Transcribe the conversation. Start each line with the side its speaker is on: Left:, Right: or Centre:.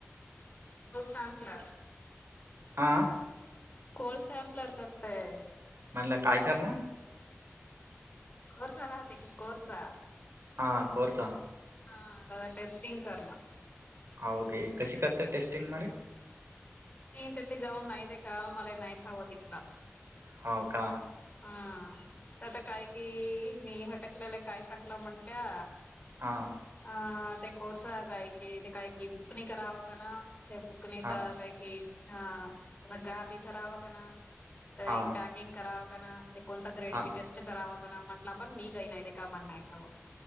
Left: हो सांपला
Right: ह
Left: कोल्स सॅम्पलर करतय
Right: म्हणलं काय करण
Left: कोर्सा राहते की कोरसा
Right: हां कोर्स
Left: ह त टेस्टिंग करण
Right: हा ओके कशी करत टेस्टिंग मध्ये
Left: मी तर त ते जाऊन नाहीते का मला नाही ठ हवं तिथला
Right: हाव का
Left: हा तर आता काय कि मी हटकलेलं काय सांगलं म्हंटल्या
Right: हां
Left: ह ते कोर्स काय कि ते काय कि बुक नाही कराव ना बुकणी
Right: हा
Left: तर का कि ह गा पिधरावत ना तर
Right: हा
Left: पॅकिंग करावं का ते कोणता ग्रेड
Right: हा
Left: किटे अस करावं म्हटलं पण मी काही नाही ते का म्हण नाही कावं